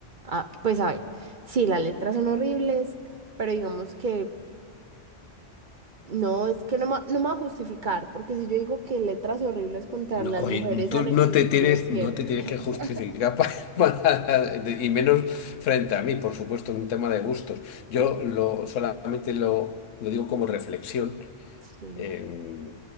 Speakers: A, on the right (about 45°); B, on the left (about 85°).
A: ah, pues a ver, sí, las letras son horribles, pero digamos que no, es que no, ma- no me va a justificar, porque si yo digo que letras horribles contra
B: No,
A: las
B: oye,
A: mujeres
B: tú
A: han
B: no
A: existido
B: te tienes,
A: siempre.
B: no te tienes
A: <laughs>
B: que justificar pa- <laughs> para- de- y menos frente a mí, por supuesto, es un tema de gustos. Yo lo, solamente lo, lo digo como reflexión,
A: Sí,
B: eh,